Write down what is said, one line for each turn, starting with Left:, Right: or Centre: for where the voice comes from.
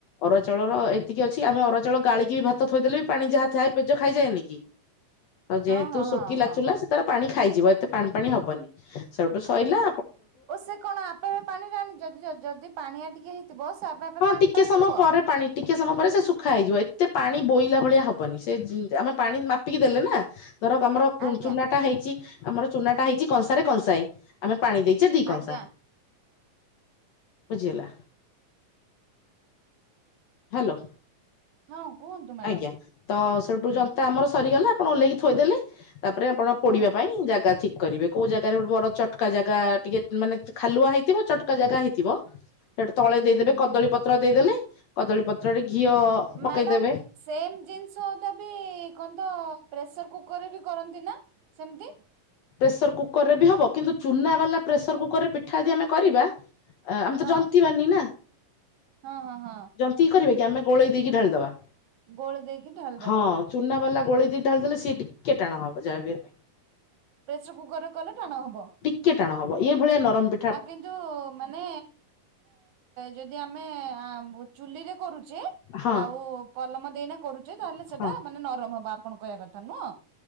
Left: ଅରୁଆ ଚାଉଳର ଏତିକି ଅଛି ଆମେ ଅରୁଆ ଚଉଳ ଗାଳିକି ବି ଭାତ ଥୋଇଦେଲେ ବି ପାଣି ଯାହା ଥାଏ ପେଜ ଖାଇଯାଏନି କି। ତ ଯେହେତୁ
Right: ହଁ ହଁ
Left: ଶୁଖିଲା
Right: ହଁ ହଁ।
Left: ଚୁଲା ସେ ତାର ପାଣି ଖାଇଯିବ ଏତେ ପାଣି ପାଣି ହବନି ସେଇଠୁ ସଇଲେ
Right: ଓ ସେ କଣ ଆପେ ପାଣିରା ନିଜେ ଜ ଯଦି ପାଣିଆ ଟିକେ ହେଇଥିବ ସେ ଆପେ ଆପେ
Left: ହଁ
Right: ପାଣି
Left: ଟିକେ
Right: ଟାନ
Left: ସମୟ
Right: ନବ
Left: ପରେ ପାଣି ଟିକେ ସମୟ ପରେ ସେ ଶୁଖା ହେଇଯିବ ଏତେ ପାଣି ବୋଇଲା ଭଳିଆ ହବନି ସେ ଯେ ଆମେ ପାଣି ମାପିକି ଦେଲେ ନା। ଧର ଗମଡ କୁ କୁନ୍
Right: ଆଜ୍ଞା
Left: ଚୁନାଟା ହେଇଚି ଆମର ଚୁନାଟା ହେଇଛି କଂସାରେ କଂସାଏ ଆମେ ପାଣି ଦେଇଚେ ଦି କଂସା
Right: ଆଜ୍ଞା
Left: ବୁଝିହେଲା। ହାଲୋ।
Right: ହଁ କୁହନ୍ତୁ। ମ୍ୟାଡାମ
Left: ଆଜ୍ଞା ତ ସେଠୁ
Right: ହୁଁ
Left: ଜନ୍ତା ଆମର ସରିଗଲା ଆପଣ ଓହ୍ଲେଇକି ଥୋଇଦେଲେ। ତାପରେ ଆପଣ
Right: ହୁଁ
Left: ପୋଡିବା ପାଇଁ ଜାଗା ଠିକ୍ କରିବେ। କୋଉ ଜାଗାରେ ଗୋଟେ ବଡ ଚଟକା ଜାଗା ଟିକେ ମାନେ ଖାଲୁଆ ହେଇଥିବ ଚଟକା ଜାଗା ହେଇଥିବ ହେଟୁ ତଳେ
Right: ହୁଁ
Left: ଦେଇଦେବେ
Right: ହୁଁ
Left: କଦଳୀ
Right: ହୁଁ
Left: ପତ୍ର ଦେଇଦେଲେ କଦଳୀ ପତ୍ରରେ ଘିଅ ପକେଇଦେବେ
Right: ମ୍ୟାଡ଼ାମ ସେମ୍ ଜିନିଷଟା ବି ଙ୍କ ତ ପ୍ରେସର କୁକରରେ ବି କରନ୍ତି ନା ସେମିତି?
Left: ପ୍ରେସର କୁକର ରେ ବି ହବ କିନ୍ତୁ ଚୁନା ବାଲା ପ୍ରେସର କୁକରରେ ପିଠା ଯଦି ଆମେ କରିବା ଆମେ ତ
Right: ହଁ
Left: ଜନ୍ତିବାନି ନା
Right: ହଁ ହଁ ହଁ
Left: ଜନ୍ତିକି କରବାକି ଆମେ ଗୋଳେଇ ଦେଇକି ଢାଳିଦବା।
Right: ଗୋଳି ଦେଇକି ଢାଳିଦବା
Left: ହଁ ଚୁନା ବାଲା ଗୋଳି ଦି ଢାଳିଦଲେ ସିଏ ଟିକେ ଟାଣ ହବ ଯାହା ବି ହେ
Right: ପ୍ରେସର କୁକରରେ କଲେ ଟାଣ ହବ।
Left: କେେ ଟାଣ ହବ ଏଇ ଭଳିଆ ନରମ ପେ
Right: ଆ କିନ୍ତୁ ମାନେ ଯଦି ଆମେ ଚୁଲିରେ କରୁଛୁ। ଯେ
Left: ହଁ
Right: ଆଉ ପଲମ ଦେଇନା କରୁଛେ ତାହେଲେ ସେଟା
Left: ହଁ।
Right: ମାନେ ନରମ ହବ ଆପଣ କହିବା କଥା ନୁହଁ।